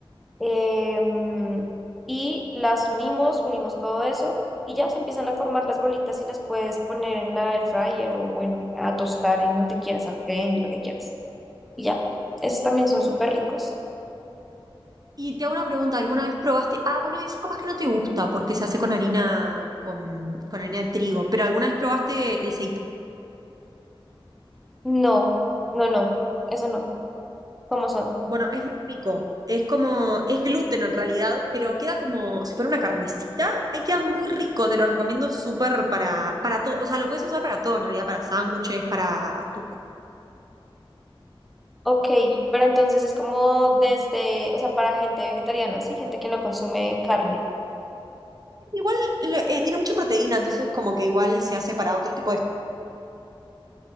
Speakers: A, in the centre; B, on the right.
A: em, y las unimos, unimos todo eso y ya se empiezan a formar las bolitas y las puedes poner en la air fryer o bueno, a tostar en donde quieras, sartén, lo que quieras. Y ya, esos
B: ok.
A: también son súper ricos.
B: Y te hago una pregunta, ¿alguna vez probaste? Ah, bueno, eso capaz que no te gusta porque se hace con harina, con, con harina de trigo, pero ¿alguna vez probaste el seitán?
A: No, no, no, eso no. ¿Cómo son?
B: Bueno, es muy rico. Es como, es gluten en realidad, pero queda como si fuera una carnecita. Ahí queda muy rico, te lo recomiendo súper para, para todo. O sea, lo puedes usar para todo en realidad, para sándwiches, para tu...
A: Ok, pero entonces es como desde, o sea, para gente vegetariana, ¿sí? Gente que no consume carne.
B: Igual lo- eh, tiene mucha proteína, entonces como que igual se hace para otro tipo de...